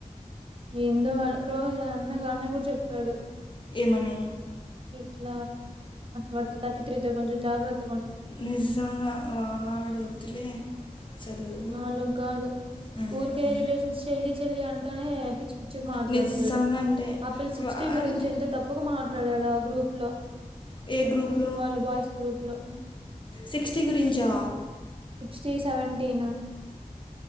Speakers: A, on the right; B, on the left.
A: ఏందో వాడు రోజు అన్న అన్న కూడా చెప్పాడు
B: ఏమని
A: ఇట్ల వాడితో థర్టీ త్రీ తో వాడితో కొంచం జాగ్రత్త
B: నిజంగా వాడు వద్దులే చదువు
A: మములుగా కాదు
B: మ్మ్.
A: ఊరికె రిలేషన్స్ చేల్లి చేల్లీ అం టనే పిచ్చి పిచ్చిగ మాట్లాడుతాడు
B: నిజంగా అంటే
A: ఆపిల్ సిక్స్టీ
B: వా
A: గురించి
B: అంటే
A: ఎంత తప్పుకు మాట్లాడాడో గ్రూప్ లో
B: ఏ గ్రూప్లో
A: వాళ్ళ బాయ్స్ గ్రూప్ లో
B: సిక్స్టీ గురించా
A: టీ సెవెంటీన్